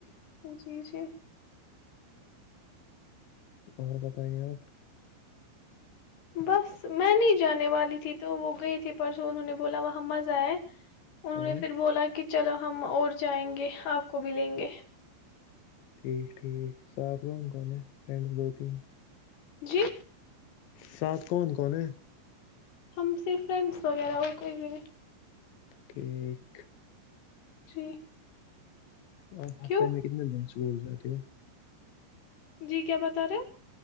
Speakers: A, on the left; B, on the left.
A: جی جی
B: اور بتائیے آپ
A: بس میں نہیں جانے والی تھی تو وہ گئے تھے پرسوں انہوں نے بولا وہاں مزا ہے انہوں
B: ہاں
A: نے پھر بولا کہ چلو ہم اور جائیں گے آپ کو بھی لیں گے
B: ٹھیک ٹھیک ساتھ کون کون یے فرینڈس دو تین
A: جی
B: سات کون کون ہے
A: ہم صرف فرینڈس وغیرہ اور کوئی بھی نہیں
B: ٹھیک
A: جی
B: اپ بافتے
A: کیوں
B: میں کتنے دن سکول جاتے ہو <inaudible> <inaudible>
A: جی کیا بتا رہے